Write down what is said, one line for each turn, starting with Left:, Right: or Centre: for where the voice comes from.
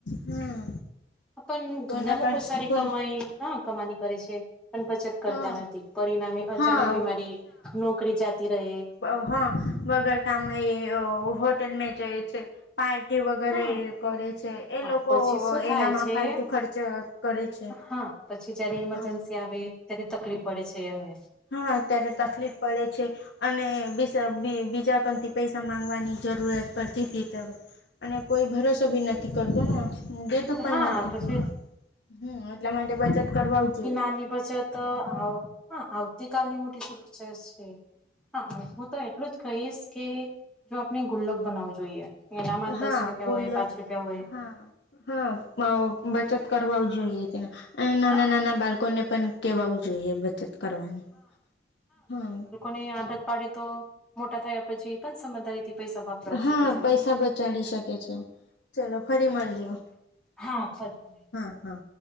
Left: હમ
Centre: પણ
Left: કોના
Centre: ઘણા લોકો
Left: પણ
Centre: સારી
Left: કોણ
Centre: કમાઈ હા કમાની કરે છે પણ બચત કરતા
Left: હા
Centre: નથી પરિણામે અચાનક
Left: હા
Centre: બીમારી નોકરી જાતી રહે.
Left: અ હ વગર કામે અ હોટેલમે જયે છે. પાલ્ટી વગરે
Centre: હા
Left: કરે છે એ
Centre: હા,
Left: લોકો
Centre: પછી શું થાય
Left: એનામાં
Centre: છે
Left: ફાલતુ ખર્ચ કરે છે.
Centre: હા પછી જયારે ઇમરજન્સી
Left: હા
Centre: આવે ત્યારે તકલીફ પડે છે એમને.
Left: હા, અત્યારે તકલીફ પડે છે અને બીસ બી બીજાકનથી પૈસા માંગવાની જરૂરત પડતીતી ત હવે અને કોઈ ભરોસો બી નથી કરતો ને અ હ દેતું પણ
Centre: હા
Left: નથી
Centre: તો છે
Left: હામ એટલા માટે બચત કરવા આવું જોઈએ.
Centre: એમની બચત તો આવ હા આવતી કાલની મોટી સુરક્ષા છે હા હું તો એટલું જ કહીએસ કે જો આપણે ગુલ્લક બનાવું જોઈએ એનામાં
Left: હા
Centre: દસ રૂપિયા
Left: ગુલ્લક
Centre: હોય, પાંચ રૂપિયા હોય
Left: હા હા બ બચત કરવા જોઈએ તેને અ
Centre: હા
Left: નાના નાના બાળકોને પણ કેવાવું જોઈએ બચત કરવાની હા.
Centre: ને આદત પડે તો મોટા થયા પછી પણ સમજદારીથી પૈસા વાપરવા
Left: હા
Centre: શીખે છે
Left: પૈસા બચાડી શકે છે ચલો ફરી મળીએ.
Centre: હા ફરી
Left: હા હા.